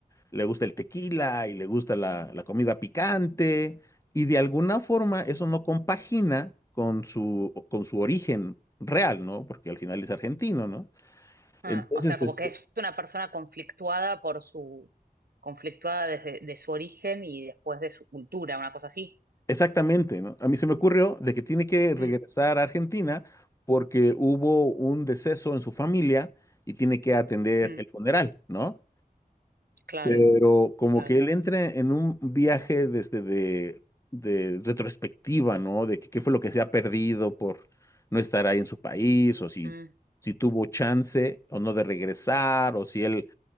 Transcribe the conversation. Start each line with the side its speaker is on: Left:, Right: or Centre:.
Left: le gusta el tequila y le gusta la, la comida picante, y de alguna forma eso no compagina con su, con su origen real, ¿no? Porque al final es argentino, ¿no?
Right: ah,
Left: Entonces,
Right: o sea, como
Left: este,
Right: que es una persona conflictuada por su, conflictuada desde de su origen y después de su cultura, una cosa así.
Left: exactamente, ¿no? A mí se me ocurrió de que tiene que regresar
Right: Mm,
Left: a Argentina porque hubo un deceso en su familia y tiene que atender
Right: mm,
Left: el funeral, ¿no?
Right: claro,
Left: Pero como
Right: claro.
Left: que él entra en un viaje desde de, de retrospectiva, ¿no? De que qué fue lo que se ha perdido por no estar ahí en su país, o si,
Right: Mm,
Left: si tuvo chance o no de regresar, o si él